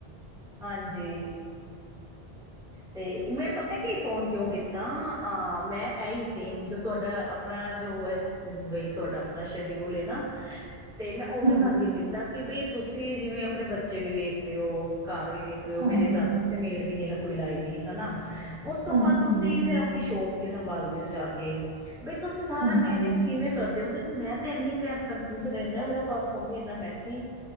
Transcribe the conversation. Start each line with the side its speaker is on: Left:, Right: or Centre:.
Centre: ਹਾਂਜੀ। ਤੇ ਮੈਂ ਪਤਾ ਕੀ ਫੋਨ ਕਿਉਂ ਕੀਤਾ, ਅਹ ਮੈਂ ਐ ਹੀ ਸੇਮ ਤੁਹਾਡਾ-ਆਪਣਾ ਜੋ ਹੈ ਬਈ, ਤੁਹਾਡਾ ਆਪਣਾ ਸ਼ਡਿਊਲ ਹੈ ਨਾ ਤੇ ਮੈਂ ਉਹਦੇ
Right: ਹਾਂਜੀ
Centre: ਕਰਕੇ ਕੀਤਾ। ਕਿ ਬਈ ਤੁਸੀਂ ਜਿਵੇਂ, ਆਪਣੇ ਬੱਚੇ ਵੀ ਵੇਖ ਰਹੇ ਹੋ, ਘਰ ਵੀ ਵੇਖ ਰਏ ਹੋ। ਮੇਰੇ
Right: ਹਾਂਜੀ
Centre: ਹਿਸਾਬ ਨਾਲ, ਤੁਸੀਂ ਮੇਡ ਵੀ ਨਹੀਂ ਲ ਕੋਈ ਲਾਈ ਦੀ, ਹਨਾ। ਉਸ ਤੋਂ
Right: ਹਾਂਜੀ
Centre: ਬਾਅਦ ਤੁਸੀਂ
Right: ਹਾਂਜੀ
Centre: ਫਿਰ ਆਪਣੀ ਸ਼ੋਪ ਵੀ ਸੰਭਾਲਦੇ ਹੋ ਜਾ ਕੇ, ਬਈ ਤੁਸੀਂ ਸਾਰਾ
Right: ਹਾਂਜੀ
Centre: ਮੈਨੇਜ ਕਿਵੇਂ ਕਰਦੇ ਹੋ? ਮਤਲਬ ਕਿ ਮੈਂ ਤੇ ਇੰਨੀ ਕਨਫਿਊਜ ਰਹਿੰਦੀ, ਮੇਰਾ ਘਰ ਹੁਣ ਵੀ ਇੰਨਾ ਮੈਸੇ